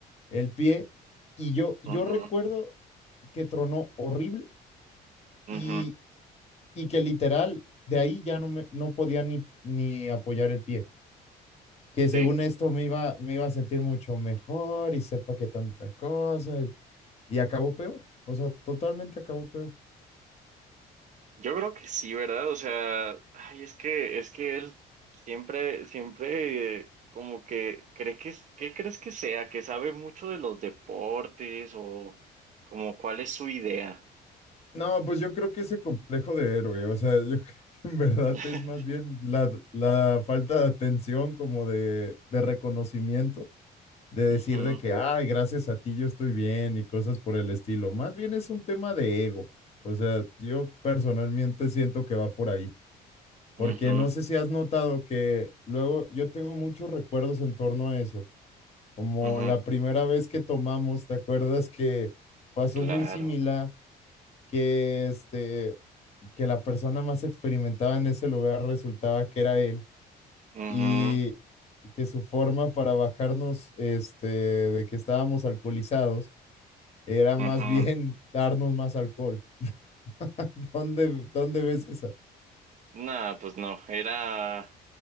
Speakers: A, on the left; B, on the right.
A: el pie y yo, yo
B: Ujú,
A: recuerdo que tronó horrible
B: ujú,
A: y, y que literal de ahí ya no, me, no podía ni, ni apoyar el pie, que según
B: sí.
A: esto me iba, me iba a sentir mucho mejor y sepa que tanta cosa y acabó peor, o sea, totalmente acabó peor.
B: Yo creo que sí, ¿verdad? O sea, ay, es que, es que él siempre, siempre eh, como que cree que, es- ¿qué crees que sea? Que sabe mucho de los deportes o como cuál es su idea.
A: No, pues yo creo que ese complejo de héroe, o sea, yo <laughs> creo que en verdad
B: <laughs>
A: es más bien la, la falta de atención, como de, de reconocimiento, de decir
B: Ujú,
A: de que, ay, gracias a ti yo estoy bien y cosas por el estilo. Más bien es un tema de ego, o sea, yo personalmente siento que va por ahí,
B: ujú,
A: porque no sé si has notado que luego yo tengo muchos recuerdos en torno a eso como
B: ujú,
A: la primera vez que tomamos, ¿te acuerdas que pasó
B: claro.
A: muy similar? Que este, que la persona más experimentada en ese lugar resultaba que era él
B: mhm
A: y que su forma para bajarnos, este, de que estábamos alcoholizados, era
B: mhm
A: más bien <laughs> darnos más alcohol. <laughs> ¿Dónde, dónde ves esa?
B: Nada, pues no, era,